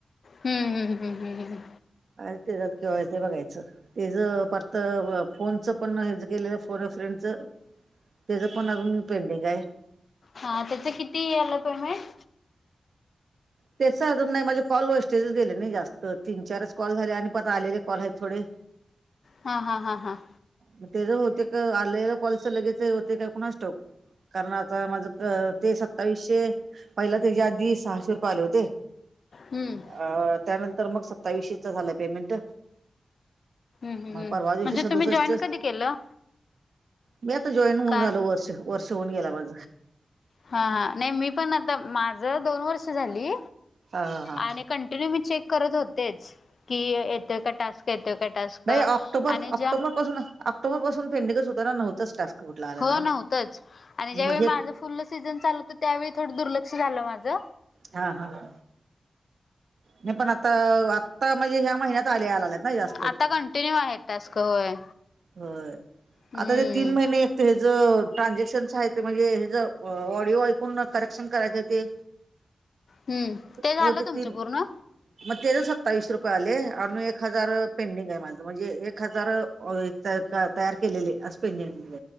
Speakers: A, on the left; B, on the right.
A: हम्म हम हम्म हम् ह्.
B: आणि ते जात किंवा ते बघायचं. ते जर फक्त फोनच पण हे गेलेल फोन फ्रेंडच. ते ज पण अजून पेंडिंग आहे.
A: हा त्याच किती आलं पेमेंट.
B: त्याच अजून नाही. माझे कॉल वेस्टेजच गेले नाही जास्त. तीन चारच कॉल झाले. आणि परत आलेले कॉल आहेत थोडे.
A: हा-हा, हा-हा.
B: मग ते ज होते का आलेल कॉलच लगेच होते काय ते कोणास स्टाऊक. कारण आता माझ ते सत्तावीसशे पहिला, त्याच्या आधी सहाशे रुपये कॉल होते.
A: हम्म.
B: अं, त्यानंतर मग सत्तावीशेच झालंय पेमेंट.
A: हम्म
B: मग
A: हम्म
B: परवा दिवशी
A: म्हणजे
B: सदुसष्टच.
A: तुम्ही जॉईन कधी केलं?
B: मी आता जॉईन होऊन
A: काय?
B: झालो वर्ष वर्ष होऊन गेला माझ.
A: हा-हा नाही मी पण आता माझ दोन वर्ष झाली
B: हा हा.
A: आणि कंटिन्यू मी चेक करत होतेच की येतोय का टास्क येतो का टास्क
B: नाही
A: आणि
B: ऑक्टोबर ऑक्टोबर
A: ज्या
B: पासून ऑक्टोबर पासून पेंडिंगच होता ना नव्हताच टास्क कुठला आलेला.
A: हो नव्हतच आणि ज्यावेळी
B: मग
A: माझं
B: हे
A: फुल सीझन चालत त्यावेळी थोडं दुर्लक्ष झालं माझं
B: हा-हा-हा नाही पण आता आत्ता म्हणजे ह्या महिन्यात आले आलेत ना जास्त
A: आता कंटिन्यू आहे. टास्क होय.
B: होय
A: हम्म
B: आता ते तीन महिने ते हेज ट्रानझॅक्शन्स आहे, ते म्हणजे हेज ऑडिओ ऐकून करेक्शन करायचं ते
A: हम्म, ते झालं
B: बहुतेक
A: तुमचं
B: तीन
A: पूर्ण?
B: मग ते तर सत्तावीस रुपये आले आणि एक हजार पेंडिंग आहे. माझं म्हणजे एक हजार होय तर तयार केलेले अस पेंडिंग